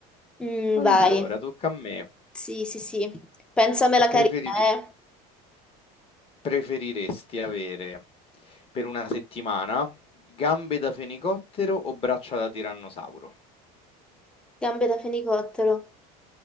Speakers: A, in the centre; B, on the left (about 30°).
A: Mm,
B: Allora,
A: vai.
B: tocca a me.
A: Sì, sì, sì. Pensamela carina,
B: Preferi-
A: eh.
B: preferiresti avere per una settimana gambe da fenicottero o braccia da tirannosauro?
A: Gambe da fenicottero.